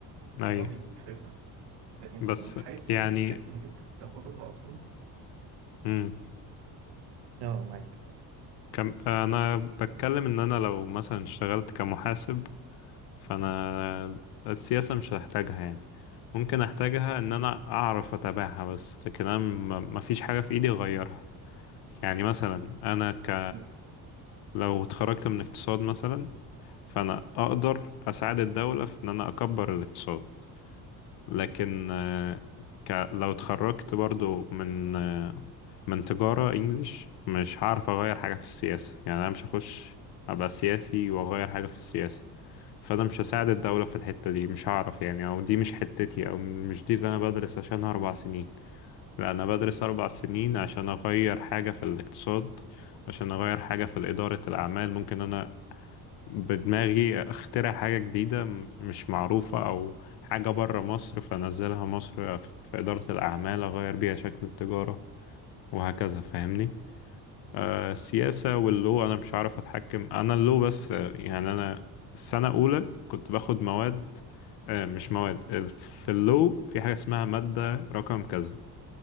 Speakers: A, on the left; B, on the right.
A: اي
B: اللي هو بيديك فكرة لكن
A: بس
B: في بقى حاجات
A: يعني
B: تانية بتحس إنك أنت بتاخدها أصلا
A: مم.
B: اه معاك
A: كم انا بتكلم ان انا لو مثلا اشتغلت كمحاسب فانا السياسة مش هحتاجها يعني ممكن احتاجها ان انا اعرف اتابعها بس لكن انا ما فيش حاجة في ايدي اغيرها يعني مثلا انا ك...
B: مم.
A: لو اتخرجت من اقتصاد مثلا فانا اقدر اساعد الدولة في ان انا اكبر الاقتصاد لكن آه، ك... لو اتخرجت برضو من آه، من تجارة انجليش مش هعرف اغير حاجة في السياسة يعني انا مش هخش ابقى سياسي واغير حاجة في السياسة فانا مش هساعد الدولة في الحتة دي مش هعرف يعني او دي مش حتتي او مش دي اللي انا بدرس عشانها اربع سنين لا انا بدرس اربع سنين عشان اغير حاجة في الاقتصاد عشان اغير حاجة في ادارة الاعمال ممكن انا بدماغي اخترع حاجة جديدة م- مش معروفة او حاجة بره مصر فانزلها مصر في في إدارة الأعمال اغير بيها شكل التجارة وهكذا فاهمني آه السياسة واللو انا مش عارف اتحكم انا اللو بس آه، يعني انا السنة الاولى كنت باخد مواد آه مش مواد ال- في اللو في حاجة اسمها مادة رقم كذا